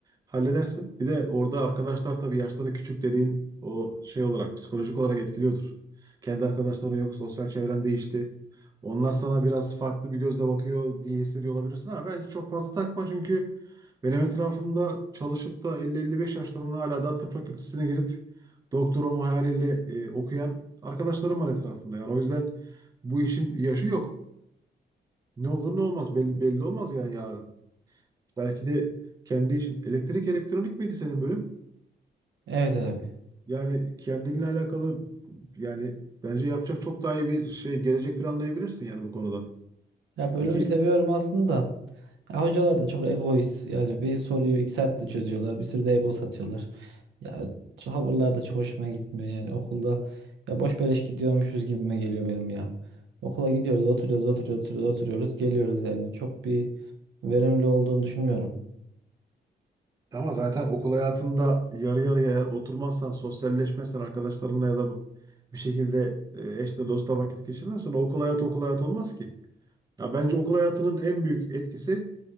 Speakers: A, on the right (about 20°); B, on the right (about 75°).
A: halledersin. Bir de orada arkadaşlar tabii yaşları küçük dediğin o şey olarak psikolojik olarak etkiliyordur. Kendi arkadaşların yok, sosyal çevren değişti. Onlar sana biraz farklı bir gözle bakıyor diye hissediyor olabilirsin ama bence çok fazla takma çünkü benim etrafımda çalışıp da 50-55 yaşlarında hala da tıp fakültesine girip doktor olma hayaliyle e, okuyan arkadaşlarım var etrafımda. Yani o yüzden bu işin yaşı yok. Ne olur ne olmaz belli, belli olmaz yani yarın. Belki de kendi işin elektrik elektronik miydi senin bölüm?
B: Evet abi.
A: Yani kendinle alakalı yani bence yapacak çok daha iyi bir şey gelecek planlayabilirsin yani bu konuda.
B: Ya bölümü
A: Peki
B: seviyorum aslında da. Ya hocalar da çok egoist. Yani bir soruyu iki saatte çözüyorlar. Bir sürü de ego satıyorlar. Ya şu tavırlar da çok hoşuma gitmiyor yani. Okulda ya boş beleş gidiyormuşuz gibime geliyor benim ya. Okula gidiyoruz, oturuyoruz, oturuyoruz, oturuyoruz, oturuyoruz, geliyoruz yani. Çok bir verimli olduğunu düşünmüyorum.
A: ama zaten okul hayatında yarı yarıya eğer oturmazsan, sosyalleşmezsen arkadaşlarınla ya da bir şekilde e, eşle dostla vakit geçirmezsen o okul hayatı okul hayatı olmaz ki. Ya bence okul hayatının en büyük etkisi